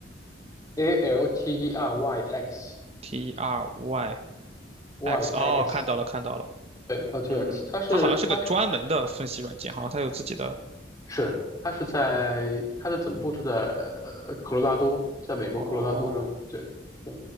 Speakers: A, on the left; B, on the right.
A: A L T E R Y X
B: ？T E R Y
A: Y
B: X，哦，
A: X
B: 看到了看到了，
A: 对 L T
B: 嗯，
A: X，它是它是
B: 它好像是个专门的分析软件，好像它有自己的。
A: 是它是在它的总部是在呃科罗拉多，在美国科罗拉多州。
B: 哦，
A: 对对，